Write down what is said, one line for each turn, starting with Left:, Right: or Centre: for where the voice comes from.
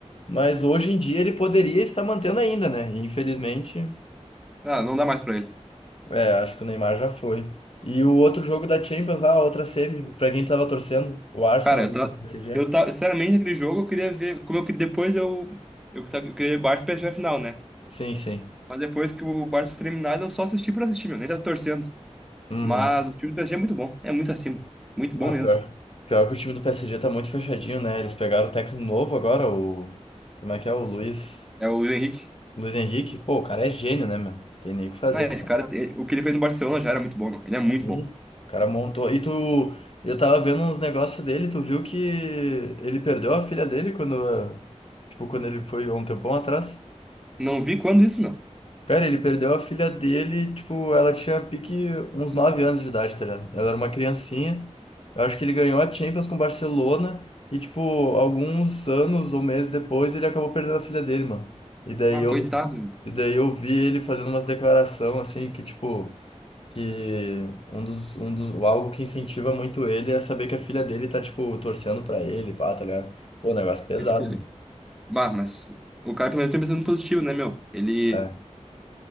Left: mas hoje em dia ele poderia estar mantendo ainda, né? E, Infelizmente.
Centre: ah, não dá mais pra ele.
Left: É, acho que o Neymar já foi. E o outro jogo da Champions, lá, a outra semi, pra quem tava torcendo, o Arsenal
Centre: Cara, eu
Left: e
Centre: tá.
Left: o PSG.
Centre: Eu tá. Sinceramente, aquele jogo eu queria ver. Como eu queria. Depois eu. Eu, ta- eu queria ver Barça e PSV final, né?
Left: Sim, sim.
Centre: Mas depois que o Barça foi eliminado, eu só assisti por assistir, meu. Nem tava torcendo.
Left: Uhum.
Centre: Mas o time do PSG é muito bom. É muito acima. Muito bom
Left: Ah,
Centre: mesmo.
Left: pior. Pior que o time do PSG tá muito fechadinho, né? Eles pegaram o técnico novo agora, o. Como é que é? O Luiz.
Centre: É o Luiz Henrique.
Left: Luiz Henrique. Pô, o cara é gênio, né, meu? Tem nem o que fazer,
Centre: Não, esse
Left: o cara.
Centre: cara, ele- o que ele fez no Barcelona já era muito bom, meu. Ele é
Left: Sim.
Centre: muito bom.
Left: O cara montou. E tu. Eu tava vendo uns negócios dele, tu viu que ele perdeu a filha dele quando. eh, Tipo, quando ele foi há um tempão atrás?
Centre: Não vi quando isso, meu.
Left: Cara, ele perdeu a filha dele, tipo, ela tinha pique uns 9 anos de idade, tá ligado? Ela era uma criancinha. Eu acho que ele ganhou a Champions com o Barcelona e, tipo, alguns anos ou meses depois ele acabou perdendo a filha dele, mano. E daí
Centre: Ah,
Left: eu,
Centre: coitado. meu.
Left: e daí eu vi ele fazendo umas declarações, assim, que, tipo, que um dos, um dos, algo que incentiva muito ele é saber que a filha dele tá, tipo, torcendo pra ele, pá, tá ligado? Pô, um negócio pesado,
Centre: Ele- ele-
Left: mano.
Centre: Bah, mas o cara pelo menos tem um pensamento positivo, né, meu? Ele.
Left: É.